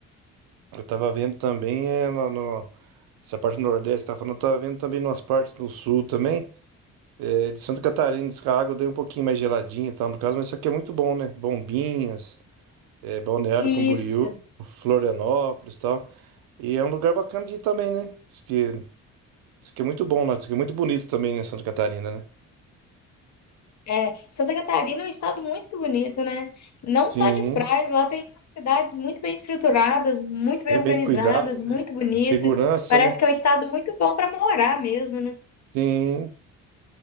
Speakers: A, on the right; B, on the left.
A: Eu tava vendo também é, no, no- essa parte do Nordeste, tá falando, eu tava vendo também umas partes do Sul também, é, de Santa Catarina, diz que a água deu um pouquinho mais geladinha e tal, no caso, mas isso aqui é muito bom, né? Bombinhas, é, Balneário
B: Isso,
A: Camboriú, Florianópolis e tal, e é um lugar bacana de ir também, né? Diz que, diz que é muito bom lá, diz que é muito bonito também, né, Santa Catarina, né?
B: é. Santa Catarina é um estado muito bonito, né? Não
A: Sim,
B: só de praias, lá tem umas cidades muito bem estruturadas, muito bem
A: tem
B: organizadas,
A: bem cuidado,
B: muito
A: né?
B: bonito.
A: Segurança,
B: Parece
A: né?
B: que é um estado muito bom para morar mesmo, né?
A: Sim,